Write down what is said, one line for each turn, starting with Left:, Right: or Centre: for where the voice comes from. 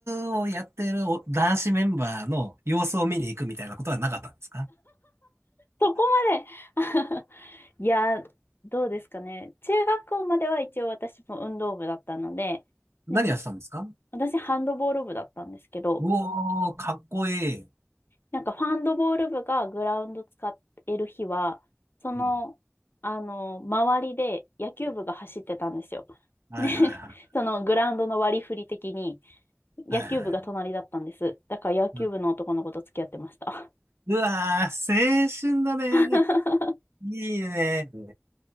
Right: をやってるお男子メンバーの様子を見に行くみたいなことはなかったんですか
Left: そこまで <laughs> いや、どうですかね。中学校までは一応私も運動部だったので、
Right: 何やってたんですかう
Left: で、私ハンドボール部だったんですけど、
Right: おー、かっこいい。
Left: なんかファンドボール部がグラウンド使ってる日は、その、
Right: うん
Left: あの、周りで野球部が走ってたんですよ。
Right: はいはいはい
Left: ね、<laughs> そのグラウンドの割り振り的に野球部が隣だったんです。
Right: はいはい。
Left: だから野球部の男の子と付き合ってました。
Right: うわー、青春だね。
Left: <laughs>
Right: いいね。